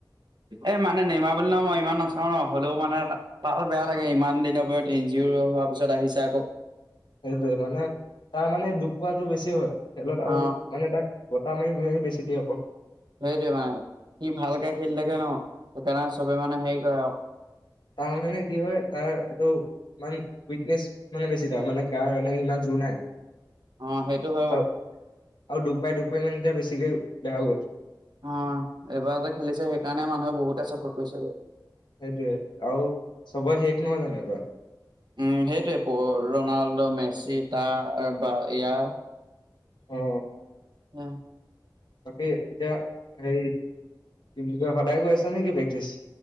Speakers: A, on the right; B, on the left.
A: এ মানে নমা বুলি ন মই ইমান নাচাও ন হ'লেও মানে তাল বেয়া লাগে ইমান দিনৰ ভৰত এন জি অ হোৱাৰ পিছত আহিছে আকৌ
B: সেইটোৱে মানে তাৰ মানে দুখ পোৱাটো বেছি হয় খেলত আৰু
A: অ
B: মানে তাক, গোটা মাৰি মাৰি বেছি দি হ'ব
A: সেইটোৱে মানে স ভালকে খেলি থাকে ন সেইকাৰণে চবেই মানে হেৰি কৰে আৰু
B: তাৰ মানে কি হয় তাৰ এইটো ইমান উইকনেছ মানে বেছি ধ মানে গাৰ এনে ইমান ত নাই
A: অ সেইটো হয় বাৰু
B: আৰু আৰু দুপাই দুপাই মানে এতিয়া বেছিকে বেয়া গ'ল
A: অ এবাৰ যে খেলিছে সেইকাৰণে মানুহে বহুতে চাপোৰ্ট কৰিছে
B: সেইটোৱে আৰু চবৰে শেষ নহয় জানোবাৰ
A: উম সেইটোৱে প ৰনাল্ডো মেচি তাৰ বা ইয়াৰ
B: অ'
A: উ
B: বাকী এতিয়া হে কি বুলি কয় সদায় গৈ আছা নেকি প্ৰেক্টিচ